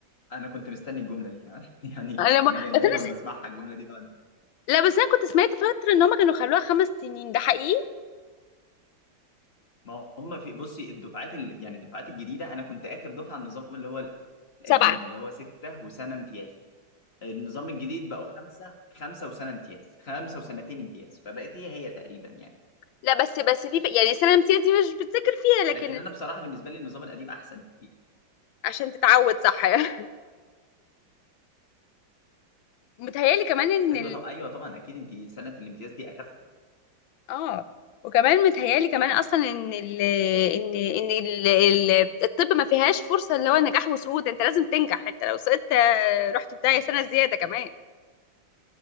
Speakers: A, on the left (about 35°); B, on the left (about 80°).
A: انا كنت مستني الجمله دي <laughs> يعني
B: انا ما...
A: انا
B: بس
A: جا- دايما
B: انا س...
A: بسمعها الجمله دي بعد
B: لا بس انا كنت سمعت فترة ان هما كانوا خلوها خمس سنين ده حقيقي
A: ما هم في بصي الدفعات ال... يعني الدفعات الجديده انا كنت اخر دفعه على النظام اللي هو القديم
B: سبعة
A: اللي هو سته وسنه امتياز النظام الجديد بقوا خمسه خمسه وسنه امتياز خمسه وسنتين امتياز فبقت هي هي تقريبا يعني
B: لا بس بس في ف- يعني السنة الامتياز دي مش بتذاكر فيها لكن
A: لكن انا بصراحه بالنسبه لي النظام القديم احسن بكتير
B: عشان تتعود صح <laughs> متهيألي كمان ان
A: ايوه طب ايوه طبعا اكيد انت سنه الامتياز دي اخف
B: اه وكمان متهيالي كمان اصلا ان ال ان ان ال ال- الطب ما فيهاش فرصه اللي هو نجاح وسقوط انت لازم تنجح انت لو سقطت آه، رحت في داهيه سنه زياده كمان